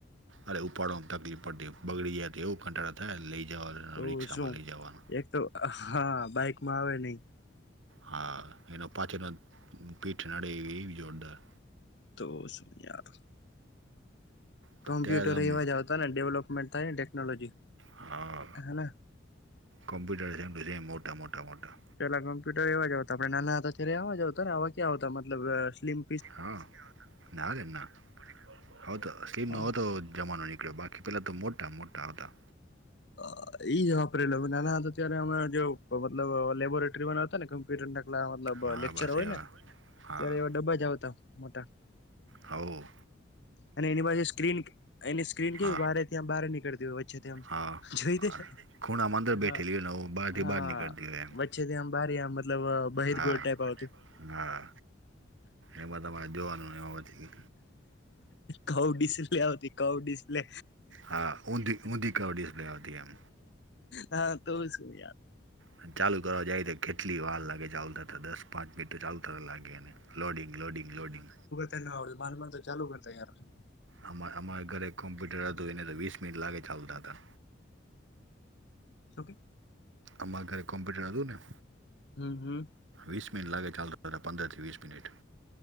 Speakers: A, on the right (about 80°); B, on the left (about 60°).
A: અરે ઉપાડવામાં તકલીફ પડતી બગડી જાય તો એવું કંટાળા આતા હૈ લઈ જવા
B: તો
A: રિક્ષામાં
B: શું
A: લઈ જવાના
B: એક તો હા બાઈકમાં આવે નહી.
A: હા એનો પાછેનો પીઠ નડે એવી એવી જોરદાર.
B: તો સુન યાર.
A: પણ
B: કોમ્પ્યુટર
A: ત્યારે આમ
B: એવા જ આવતા ને ડેવલોપમેન્ટ થાય ને ટેકનોલોજી,
A: હા
B: હે.
A: કોમ્પ્યુટર છે મોટા મોટા મોટા.
B: પેલા કમ્પ્યુટર એવા જ આવતા આપડે નાના હતા ત્યારે આવા જ આવતા ને આવા ક્યા આવતા મતલબ સ્લિમ
A: હા ના રે ના આવતા તો સ્લીમ
B: હા
A: ન હો તો જમાનો નીકળ્યો બાકી પેલા તો મોટા મોટા આવતા.
B: અ ઈ જ વાપરેલા અમે નાના હતા ત્યારે અમારા જેવો મતલબ લેબોરેટરી વાળા હતા ને કમ કમ્પ્યુટરના કલા મતલબ
A: હા
B: લેક્ચર
A: બસ
B: હોય
A: એવા
B: ને.
A: હા
B: ત્યારે એવા ડબા જ આવતા મોટા.
A: હોવ.
B: અને એની પાસે સ્ક્રીન એની સ્ક્રીન
A: હા
B: કેવી ત્યાં બહાર નીકળતી હોય વચ્ચેથી એમ.
A: હા
B: જોઈતી તે
A: ખૂણામાં અંદર
B: હા
A: બેઠેલી હોય ને હું બહારથી
B: હા.
A: બહાર નીકળતી હોય એમ
B: છે થી આ બાર મતલબ બહિર્ગોળ
A: હા
B: ટાઈપ આવતી.
A: હા એમાં તમારે જોવાનું એમાં પછી.
B: કાઉ ડિસ્પ્લે આવતી કાઉ ડિસ્પ્લે.
A: હા ઊંધી ઊંધી કવ ડિસ્પ્લે આવતી એમ
B: હા તો શું યાર.
A: અને ચાલુ કરવા જાય તો કેટલી વાર લાગે ચાલુ થતા દસ પાંચ મિનિટ ચાલુ થતા લાગે એને લોડિંગ લોડિંગ લોડિંગ.
B: તને આવડે માંડ માંડ તો ચાલુ કરતા યાર.
A: અ અમારા ઘરે કોમ્પ્યુટર હતું એને તો વીસ મિનિટ લાગે ચાલુ થતા.
B: શકે.
A: અમારા ઘરે કોમ્પ્યુટર હતું ને.
B: હમ હમ.
A: વીસ મિનિટ લાગે ચાલુ થતા પંદરથી વીસ મિનિટ.